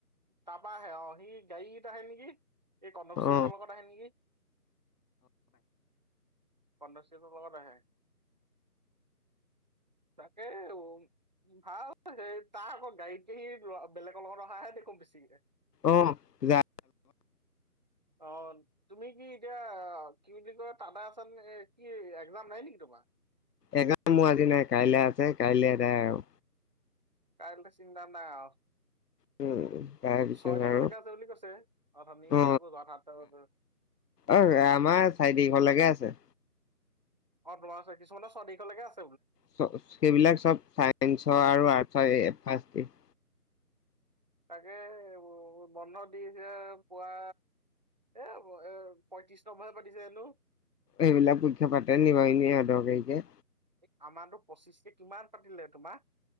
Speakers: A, on the right; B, on the left.
A: তাৰপা আহে অ সি গাড়ীত আহে নেকি। এই কন্দশ্ৰী
B: অ
A: লগত আহে নেকি। কন্দশ্ৰীহতৰ লগত আহে। তাকে উ ভাল সেই তাৰ আক। গাড়ীতে সি বেলেগৰ লগত অহাহে দেখো বেছিকে।
B: অ যা
A: অ তুমি কি এতিয়া কি বুলি কয় দাদা আছ কি একজাম নাই নেকি তো <unintelligible>
B: এইকাৰণে মোৰ আজি নাই কাইলৈ আছে কাইলৈ এদাই আৰু।
A: কাইলে ত চিন্তা নাই আও
B: উম। তাৰপিছত
A: ছয় তাৰিখলৈকে
B: আৰু
A: আছে বুলি কৈছে । আৰু আমি
B: অ
A: ক যাত সাতটা বজাত
B: অ' আমাৰ চাৰি তাৰিখলৈকে আছে।
A: অ' তোমাৰ ছয়। কিছুমানৰ ছয় তাৰিখলৈকে আছ
B: ছ- সেইবিলাক চব ছাইন্সৰ আৰু আৰ্টছৰ এ <inaudible>
A: তাকে, বন্ধ দি যে পুৱা এ- এ- পয়ত্ৰিশ নম্বৰে পাতিছে হেনো।
B: এইবিলাক পৰীক্ষা পাতে নি বাৰু, এনে অদৰকাৰীকে?
A: এই আমাৰটো পঁচিছকে কিমান পাতিলে তোমাৰ